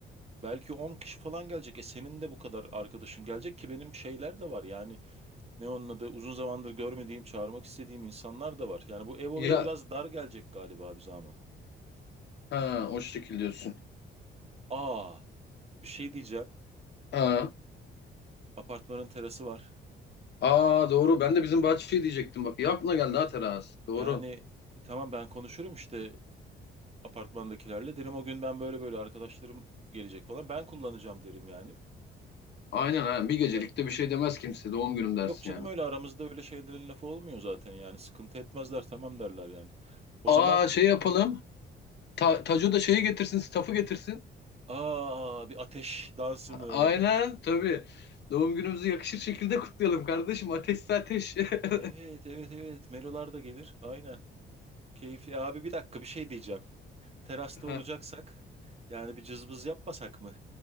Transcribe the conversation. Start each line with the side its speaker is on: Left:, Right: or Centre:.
Right: belki 10 kişi falan gelecek. E senin de bu kadar arkadaşın gelecek ki benim şeyler de var yani Ne onun adı? Uzun zamandır görmediğim, çağırmak istediğim insanlar da var. Yani bu ev olayı
Left: Ya
Right: biraz dar gelecek galiba bize ama.
Left: ha o şekil diyorsun.
Right: Aa, bir şey diyeceğim.
Left: Ha.
Right: Apartmanın terası var.
Left: Aa doğru. Ben de bizim bahçeyi diyecektim bak. Ya aklına geldi ha teras. Doğru.
Right: Yani e, tamam ben konuşurum işte apartmandakilerle. Derim o gün ben böyle böyle arkadaşlarım gelecek falan. Ben kullanacağım derim yani.
Left: Aynen aynen. Bir gecelikte
Right: Ya
Left: bir şey demez kimse. Doğum günüm
Right: e,
Left: dersin
Right: yok canım
Left: yani.
Right: öyle aramızda öyle şeylerin lafı olmuyor zaten yani. Sıkıntı etmezler tamam derler yani. O
Left: Aa
Right: zaman
Left: şey yapalım. Ta Taco da şeyi getirsin. Staff'ı getirsin.
Right: aa bir ateş dansı mı?
Left: Aynen tabii. Doğum günümüzü yakışır şekilde kutlayalım kardeşim. Ateşse ateş. <laughs>
Right: Evet evet evet. Melolar da gelir. Aynen. Keyifli. E, Abi bir dakika bir şey diyeceğim. Terasta
Left: Ha,
Right: olacaksak yani bir cızbız yapmasak mı?